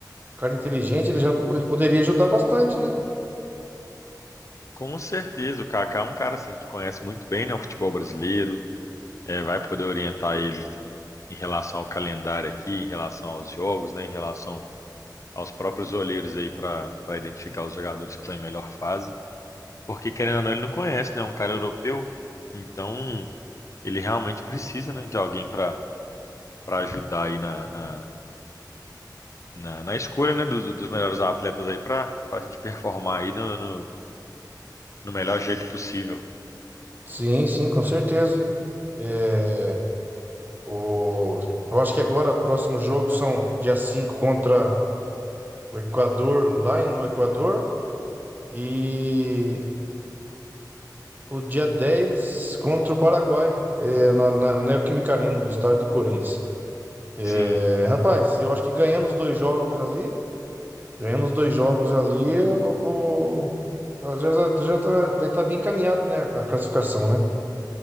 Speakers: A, on the right; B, on the left.
A: cara inteligente, ele já po- ele poderia ajudar bastante, né?
B: Com certeza, o Kaká é um cara assim que conhece muito bem, né, o futebol brasileiro, é, vai poder orientar ele em relação ao calendário aqui, em relação aos jogos, né, em relação aos próprios olheiros aí para para identificar os jogadores que estão em melhor fase, porque querendo ou não, ele não conhece, né, é um cara europeu, então ele realmente precisa, né, de alguém para para ajudar aí na, na, na, na escolha, né, dos, dos melhores atletas aí para para a gente performar aí no, no, no melhor jeito possível.
A: Sim, sim, com certeza. É, o, eu acho que agora o próximo jogo são dia 5 contra o Equador, lá em- no Equador, e o dia 10 contra o Paraguai, é, na, na, na Neoquímica Arena, no estádio do Corinthians. É,
B: Sim.
A: rapaz, eu acho que ganhando os dois jogos ali, ganhando os dois jogos ali, o o- já, já tá- vai estar bem encaminhado, né, a classificação, né?